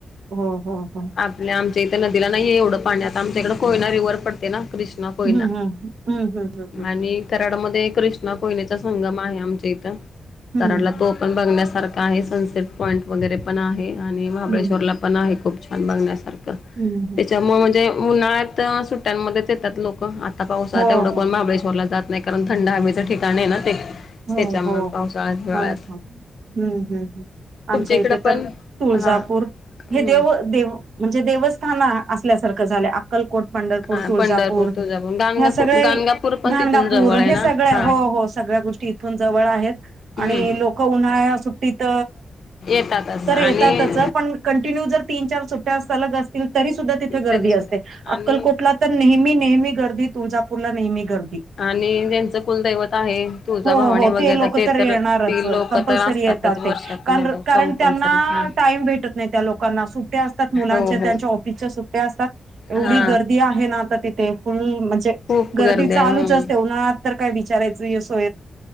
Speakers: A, on the right; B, on the left.
A: हो हो हो हो
B: आ आमच्या इथं इथ नदीला नाहीये एवढं पाणी आता आमच्या इकडं कोयना रिवर्ह पडते ना क्रश ना कोयना
A: हम्म हम्म हम्म हम्म
B: आणि कराडामध्ये कृष्णा कोयनेचा संगम आहे आमच्या इथं.
A: हम्म
B: कराडला तो पण बघण्यासारखं आहे. सनसेट पॉईंट वगैरे पण आहे आणि महाबळेश्वरला
A: हम्म
B: पण आहे खूप छान. बघण्यासारखं
A: हम्म हम्म
B: त्याच्यामुळे म्हणजे उन्हाळ्यात सुट्ट्यांमध्येच येतात लोक. आत आता पाऊस आहे
A: हो
B: तेवढं
A: हो
B: कोण महाबळेश्वरला जात नाही, कारण थंड हवेवीचं ठिकाण आहे ना ते.
A: हो
B: त्याच्यामुळे
A: हो हो
B: पावसाळ्यात हिवाळ्यात
A: हा हो. हम्म हम्म हम्म. आमच्या
B: तुमच्या इकडं
A: इथे
B: पण
A: तर तुळजापूर
B: हा हम्म.
A: हे देव देव म्हणजे देवस्थान असल्यासारखं झालंय. आ अक्कलकोट, पंढरपूर,
B: हा
A: ‌ तुळजापूर
B: पंढरपूर तुळजापूर गाणगापूर
A: ह्या सगळ्या
B: गाणगापूर पण
A: गाणगापूर
B: तिथून जवळ आहे
A: हे
B: ना
A: सगळे
B: हा.
A: हो हो सगळ्या गोष्टी इथून जवळ आहेत
B: हम्म
A: आणि लोकं उन्हाळ्यात सुट्टीत
B: येतातच
A: तर
B: आणि
A: येतातच, पण कंटिन्यू जर तीन चार सुट्या सलग असतील, तरी सुद्धा तिथे गर्दी
B: तरी सुद्धा
A: असते.
B: आणि
A: अक्कलकोटला तर नेहमी नेहमी गर्दी तुळजापूरला नेहमी गर्दी.
B: आणि ज्यांचं कुलदैवत आहे तुळजा
A: हो
B: भावानी
A: हो
B: वगैरे
A: ते लोक तर येणारच
B: ती लोक
A: कंपल्सरी
B: तर असतातच
A: येतात
B: वर्षातून
A: ते. कार-कारण
B: एकदा कंपल्सरी
A: त्यांना
B: हा
A: टाईम भेटत नाही त्या लोकांना, सुट्ट्या असतात मुलांच्या,
B: हो हो
A: त्यांच्या ऑफिसच्या सुट्ट्या असतात. एवढी
B: हा
A: गर्दी आहे ना आता तिथे फुल म्हणजे
B: खूप
A: गर्दी चालूच
B: आहे हो
A: असते. उन्हाळ्यात तर काय विचारयचं हे सो